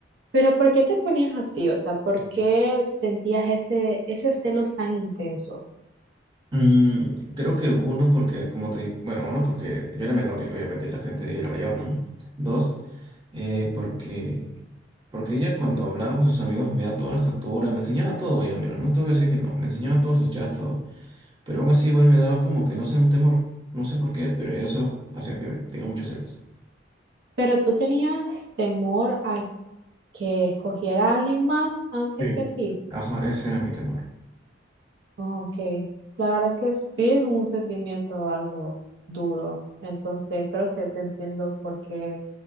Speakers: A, on the right (about 65°); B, on the right (about 25°).
A: Pero ¿por qué te ponías así? O sea, ¿por qué sentías ese, ese celos tan intenso?
B: Mm, creo que uno porque, como te, di- bueno, uno porque yo era menor y obviamente la gente ahí era mayor, ¿no? Dos, eh, porque, porque ella cuando hablaba con sus amigos me da todas las capturas, me enseñaba todo, ya, mira, no te voy a decir que no, me enseñaba todos sus chats, todo. Pero aún así igual me daba como que no sé, un temor. No sé por qué, pero eso hacía que tenga muchos celos.
A: Pero tú tenías temor a que escogiera a alguien más antes
B: Sí.
A: que a ti.
B: Ajá, ese era mi temor.
A: Oh, Ok, la verdad que sí es un sentimiento algo duro. Entonces creo que te entiendo porque